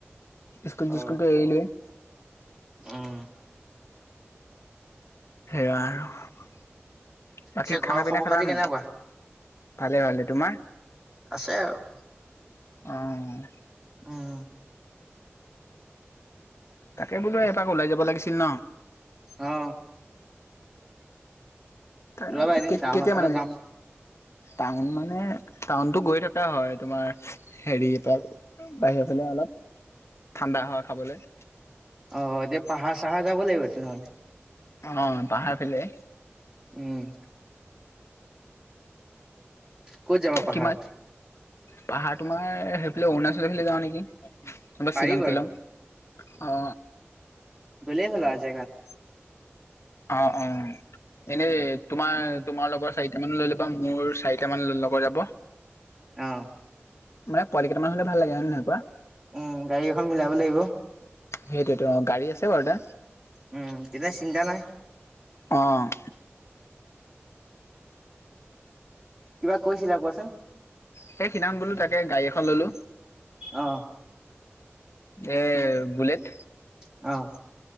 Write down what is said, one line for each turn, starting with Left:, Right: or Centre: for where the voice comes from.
Left: স্কুল
Right: অ
Left: চিচকুলটো এৰিলোৱেই
Right: উম,
Left: সেয়া আৰু বাকী
Right: পিছে ঘৰৰ
Left: খানা পিনা
Right: খবৰ
Left: খালা
Right: খাতি
Left: নাই,
Right: কেনেকুৱা
Left: ভালে ভাল তোমাৰ
Right: আছে আৰু
Left: অ',
Right: উম,
Left: তাকে বোলো এপাক ওলাই যাব লাগিছিল ন
Right: অ
Left: তা
Right: ওলাবা এদিন টাউনৰ
Left: কেতিয়া
Right: ফালে
Left: মান
Right: যাম
Left: টাউন মানে টাউনটো গৈ থকা হয় তোমাৰ হেৰি ত বাহিৰৰ ফালে অলপ ঠাণ্ডা হাৱা খাবলৈ
Right: অ এতিয়া পাহাৰ চাহাৰ যাব লাগিব তেনেহ'লে
Left: অ পাহাৰ ফালে
Right: উম ক'ত যাবা পাহাৰ
Left: কিমান পাহাৰ তোমাৰ সেই ফালে তোমাৰ অৰুণাচল ফালে যাওঁ নেকি বোলো
Right: পাৰি
Left: শ্বিলং তিলং অ
Right: গলে হ'ল আৰু জেগাত
Left: অ অ এনেই তোমাৰ
Right: উম
Left: তোমাৰ লগত চাৰিটা মান লৈ ল'বা, মোৰ চাৰিটা মান লগত যাব।
Right: অ'
Left: মানে পোৱালি কেইটামান হলে ভাল লাগে হয় নহয় কোৱা।
Right: উম' গাড়ী এখন মিলাব লাগিব।
Left: সেইটোয়েতো অ' গাড়ী আছে বাৰু দা
Right: উম তেতিয়া চিন্তা নাই
Left: অ'
Right: কিবা কৈছিলা কোৱাচোন?
Left: সেই সিদিনাখন গ'লো তাকে গাড়ী এখন ললো।
Right: অ'
Left: এ' বুলেইত।
Right: অ'